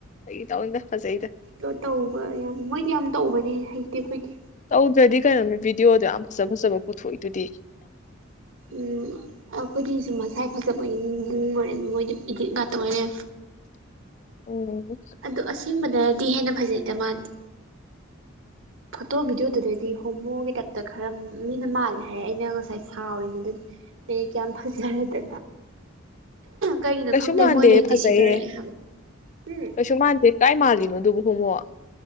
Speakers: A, on the left; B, on the right.
A: ꯑꯩꯒꯤ ꯇꯥꯅꯤꯡꯗ ꯐꯖꯩꯗ
B: ꯑꯣ ꯇꯧꯕ ꯌꯥꯝ ꯃꯣꯏꯗꯤ ꯌꯥꯝ ꯇꯧꯕꯅꯦ ꯍꯩꯇꯦ ꯑꯩꯈꯣꯏꯗꯤ
A: ꯇꯧꯗ꯭ꯔꯗꯤ ꯀꯩꯅꯣꯅꯤ ꯚꯗꯤꯑꯣꯗꯣ ꯌꯥꯝ ꯐꯖ ꯐꯖꯕ ꯄꯨꯊꯣꯛꯏꯗꯨꯗꯤ
B: ꯎꯝ ꯑꯩꯈꯣꯏꯗꯤꯁꯨ ꯃꯁꯥꯏ ꯐꯖꯕ ꯏ ꯑꯣꯏꯔꯦ ꯃꯣꯏꯗꯤ ꯏꯗꯤꯠ ꯉꯥꯛꯇ ꯑꯣꯏꯔꯦ
A: ꯎꯝ
B: ꯑꯗꯣ ꯑꯁꯦꯡꯕꯗꯗꯤ ꯍꯦꯟꯅ ꯐꯖꯩꯗ ꯃꯥꯗꯤ ꯐꯣꯇꯣ ꯚꯤꯗꯤꯑꯣꯗꯨꯗꯗꯤ ꯍꯣꯃꯣꯒꯤ ꯇꯥꯏꯞꯇ ꯈꯔ ꯃꯤꯅ ꯃꯥꯜꯂꯦ ꯍꯥꯏꯔꯦ ꯑꯩꯅ ꯉꯁꯥꯏ ꯁꯥꯎꯔꯤꯅꯤ ꯑꯗꯨ ꯑꯩ ꯀ ꯐꯁꯤꯦꯗ ꯀꯩꯒꯤꯅꯣ
A: ꯀꯩꯁꯨ
B: ꯈꯪꯗꯦ
A: ꯃꯥꯟꯗꯦ
B: ꯃꯣꯏꯗꯣ ꯍꯦꯛꯇꯤ
A: ꯐꯖꯩꯍꯦ
B: ꯁꯤꯗꯔꯛꯑꯦ ꯍꯥꯏꯕ ꯎꯝ
A: ꯀꯩꯁꯨ ꯃꯥꯟꯗꯦ ꯀꯥꯏ ꯃꯥꯜꯂꯤꯅꯣ ꯑꯗꯨꯕꯨ ꯍꯣꯡꯉꯣ